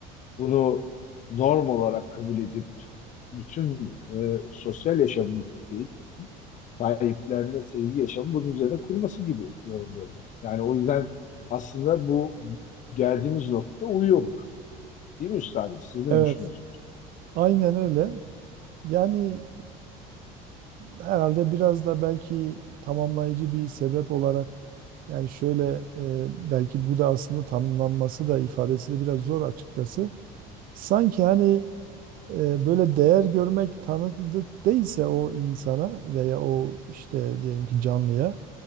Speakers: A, on the left; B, on the right.
A: bunu norm olarak kabul edip bütün e, sosyal yaşamını köpeğin sahiplenme, sevgi yaşamı bunun üzerine kurması gibi yorumluyorum. Yani o yüzden aslında bu geldiğimiz nokta uyuyor buna. Değil mi üstadım? Siz ne
B: Evet.
A: düşünüyorsunuz?
B: Aynen öyle. Yani e, herhalde biraz da belki tamamlayıcı bir sebep olarak yani şöyle e, belki bu da aslında tanımlanması da ifadesi de biraz zor açıkçası. Sanki hani e, böyle değer görmek tanıdık değilse o insana veya o işte diyelim ki canlıya